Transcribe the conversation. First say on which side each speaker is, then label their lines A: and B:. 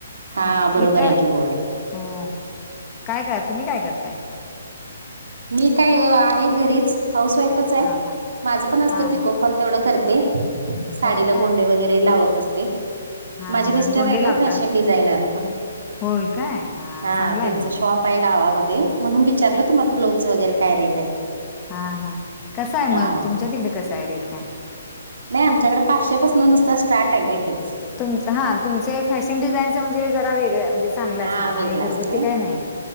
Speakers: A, on the right; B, on the left.
A: हा बरोबर
B: इथं
A: आहे की होय.
B: हो काय ग तुम्ही काय करताय?
A: मी काय ओ आहे घरीच. हाऊस वाईफच आहे.
B: हा हा
A: माझं पण असतं
B: हा
A: पिकोफॉल
B: हा
A: तेवढं करते साडीला
B: होय काय
A: गोंडे वगैरे लावत असते.
B: हा
A: माझे मिस्टर
B: हा गोंडे
A: आहेत
B: लावतात.
A: ओ, फॅशन डिझायनर
B: होय काय
A: हा
B: चांगला
A: त्यांच
B: आहे मग
A: शॉप. हाय गावामध्ये म्हणून विचारलं, तुम्हाला ब्लाउजच वगैरे काय रेट.
B: हहः हं कसां आहे
A: हा.
B: मग, तुमच्या तिकडे कसं आहे रेट काय?.
A: नाही आमच्याकडे पाचशेपासून नुसता स्टार्ट आहे रिटर्नस.
B: तुमचं हा तुमचे फॅशन डिझाईनच म्हणेज जरा, वेगळे आपलेच. चांगलं
A: हा
B: असणार नाही
A: वेगळा
B: घरगुती
A: असतोय
B: काही नाही